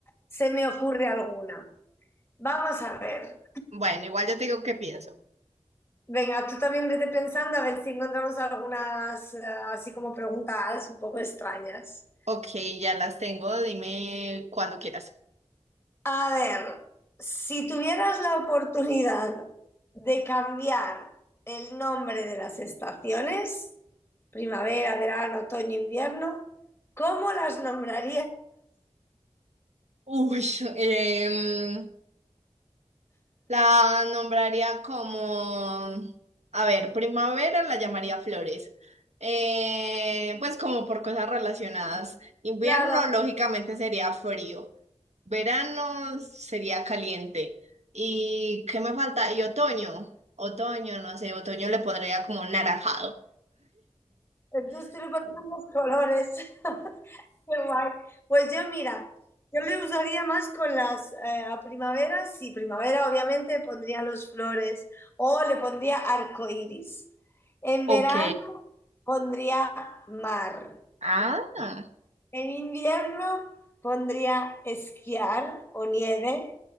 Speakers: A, on the left (about 25°); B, on the right (about 80°).
A: se me ocurre alguna. Vamos a ver.
B: Bueno, igual ya te digo qué pienso.
A: Venga, tú también vete pensando a ver si encontramos algunas, eh, así como preguntas un poco extrañas.
B: Ok, ya las tengo, dime cuando quieras.
A: A ver, si tuvieras la oportunidad de cambiar el nombre de las estaciones, primavera, verano, otoño, invierno, ¿cómo las nombrarías?
B: Uy, em, la nombraría como, a ver, primavera la llamaría flores. Eh, pues como por cosas relacionadas. Invierno,
A: Claro,
B: lógicamente, sería frío. Verano sería caliente. ¿Y qué me falta? Y otoño. Otoño, no sé, otoño le pondría como naranjado.
A: entonces tú le pones los colores. <laughs> Qué guay. Pues yo, mira, yo le usaría más con las eh, a primavera. Sí, primavera, obviamente, pondría los flores o le pondría arco iris. En
B: Ok.
A: verano pondría mar.
B: Ah,
A: En invierno pondría esquiar o nieve